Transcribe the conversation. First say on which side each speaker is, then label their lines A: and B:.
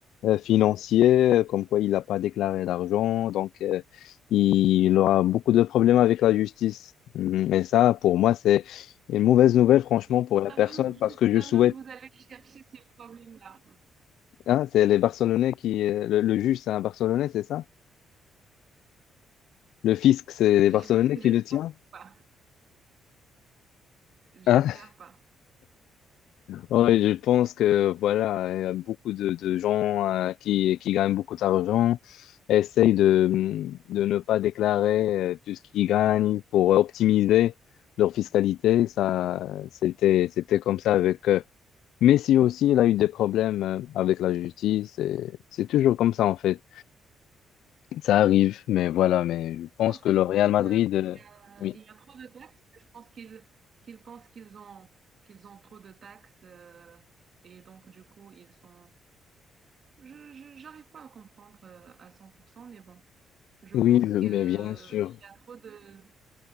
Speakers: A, on the left; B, on the right.
A: euh, financiers, euh, comme quoi il n'a pas déclaré d'argent. Donc, euh, il aura beaucoup de problèmes avec la justice. Mm, Et ça, pour moi, c'est une mauvaise nouvelle, franchement,
B: Jusqu'à
A: pour la personne,
B: même,
A: parce
B: jusqu'à
A: que je souhaite...
B: même, vous allez chercher ces problèmes-là.
A: hein, c'est les Barcelonais qui... euh, Le, le juge, c'est un Barcelonais, c'est ça? Le fisc, c'est les
B: Je-
A: Barcelonais
B: <laughs> J'espère
A: qui le tient?
B: pas. J'espère
A: hein?
B: pas.
A: Ouais, je pense que voilà, il y a beaucoup de, de gens euh, qui, qui gagnent beaucoup d'argent essayent de, de ne pas déclarer euh, tout ce qu'ils gagnent pour optimiser leur fiscalité. Ça, c'était, c'était comme ça avec euh, Messi aussi, il a eu des problèmes euh, avec la justice. et C'est toujours comme ça en fait. Ça arrive, mais voilà, mais je pense
B: Non, c'est
A: que le Real
B: juste
A: Madrid,
B: qu'il
A: euh,
B: y a,
A: oui,
B: il y a trop de taxes. Je pense qu'ils qu'ils pensent qu'ils ont, qu'ils ont trop de taxes euh, et donc, du coup, ils sont. Je, je, j'arrive pas à comprendre euh, à 100%, mais bon. Je
A: oui,
B: pense
A: je-
B: qu'il
A: mais
B: y
A: bien sûr,
B: a trop de,